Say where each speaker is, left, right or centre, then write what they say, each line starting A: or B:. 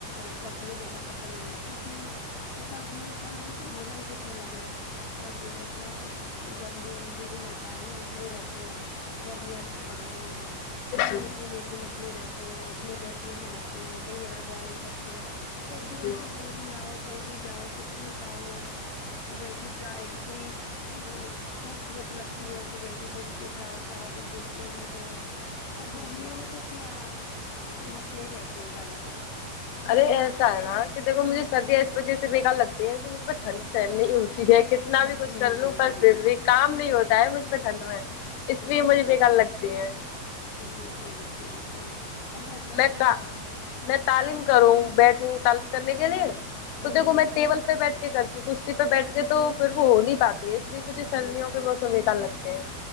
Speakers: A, on the left (about 65°); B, on the left (about 80°).
A: سردیاں زیادہ پسند ہے کیونکہ سردیوں کا مزہ ہی کچھ الگ ہے سردیوں میں اپنا گرمیوں میں تو یہ رہتا ہے نا مسئلے رہتے ہیں گرمیاں بڑھ رہی ہیں
B: جی
A: کھانے پینے کے مسئلے رہت تی ہیں اٹھنے بیٹھنے کے رہتی ہیں کہیں ا جا نہیں سکتے ہیں سردیوں
B: جی
A: میں تو کہیں بھی آؤ کہیں بھی جاؤ کچھ بھی کھاؤ صبح کی چائے کتنی او خوبصورت لگتی ہے صبح کی دھوپ کے ساتھ سارا دن دھوپ میں بیٹھو اور گرمیوں
B: جی جی
A: میں تو کیا مسئلے ہی رہتے ہیں زیادہ تر
B: ارے ایسا ہے نا کہ دیکھو مجھے سردیاں اس وجہ سے بیکار لگتی ہیں مجھ پ ٹھنڈ سہن نہیں ہوتی ہے کتنا بھی سھن
A: جی
B: کر لوں پر پھر بھی کام نہیں ہوتا ہے مجھے ٹھنڈ میں اس
A: جی
B: لیے مجھے
A: جی
B: بیکار لگتی ہے
A: جی جی بالکل بالکل اب بس
B: میں کا
A: ہاں
B: میں تعلیم کروں بیٹھوں تعلیم کرنے کے لیے تو
A: جی
B: دیکھو میں ٹیبل پہ بیٹھ کر کے کرسی پہ بیٹھ کے تو پھر وہ ہو نہیں پاتی ہے اسلئے مجھے سردیوں
A: جی
B: کے
A: جی
B: موسم بیکار لگتے ہیں